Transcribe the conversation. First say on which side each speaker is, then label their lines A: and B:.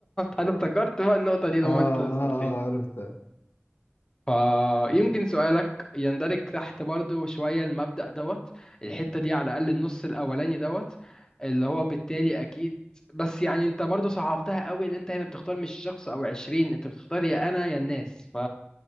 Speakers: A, on the left; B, on the left.
A: أنا افتكرت بقى النقطة دي
B: <laughs>
A: لما
B: آه, اه
A: أنت سألتني
B: اه عرفتها
A: فيمكن سؤالك يندرج تحت برضو شوية المبدأ دوت الحتة دي على الأقل النص الأولاني دوت اللي هو بالتالي أكيد بس يعني أنت برضو صعبتها قوي إن أنت هنا بتختار مش شخص أو عشرين أنت بتختار يا أنا يا الناس ف